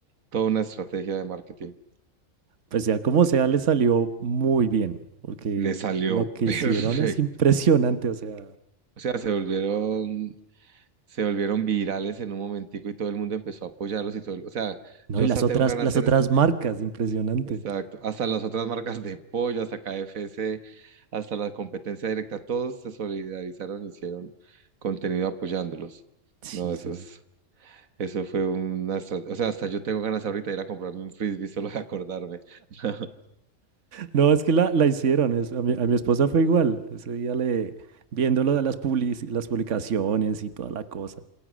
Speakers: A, on the right (about 85°); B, on the right (about 65°).
A: toda una estrategia de marketing.
B: Pues sea como sea, le salió muy bien, porque
A: Le
B: el-
A: salió
B: lo que
A: <laughs> perfecto.
B: hicieron es impresionante, o sea,
A: O sea, se volvieron se volvieron virales en un momentico y todo el mundo empezó a apoyarlos y todo, el- o sea,
B: no,
A: yo
B: y
A: hasta
B: las otras,
A: tengo ganas
B: las
A: de
B: otras
A: hacer esto,
B: marcas, impresionante.
A: exacto, hasta las otras marcas de pollo, hasta KFC, hasta la competencia directa, todos se solidarizaron y hicieron contenido apoyándolos.
B: Sí,
A: No, eso
B: sí.
A: es, eso fue una, estra- o sea, hasta yo tengo ganas ahorita de ir a comprarme un frisbee solo de acordarme. <laughs>
B: No, es que la, la hicieron, es- a mi, a mi esposa fue igual, ese día le, viendo lo de las publici- las publicaciones y toda la cosa,